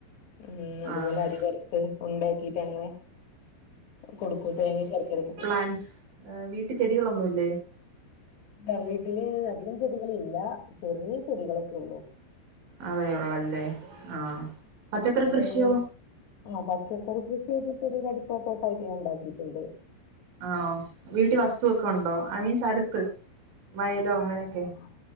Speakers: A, on the left; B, on the right.
A: ഉം അതുപോലെ
B: ആഹ്
A: അരിവറുത്ത് ഉണ്ടായാക്കീട്ട് അങ്ങനെ കൊടുക്കും തേങ്ങേ ശർക്കരേക്കെ ഇട്ട്
B: അൻസ് ഏഹ് വീട്ടി ചെടികളൊന്നുല്ലേ
A: ഇല്ല വീട്ടില് അധികം ചെടികൾ ഇല്ലാ ചെറിയ ചെടികളൊക്കെ ഉള്ളൂ
B: അതേ ഒള്ളല്ലേ ആഹ് പച്ചക്കറി
A: അവിടെ
B: കൃഷിയോ
A: എങ്ങനെ ആഹ് പച്ചക്കറി കൃഷിയക്കെ ചെടീടെ അട്ത്തൊക്കെ ആയിട്ട് ഞാൻ ഒണ്ടാക്കിയിട്ടുണ്ട്
B: ആണോ വീട്ടിൽ വസ്തുവൊക്കെ ഒണ്ടോ ഐ മീൻസ് അടുത്ത് വയലോ അങ്ങനെയൊക്കെ
A: ആഹ്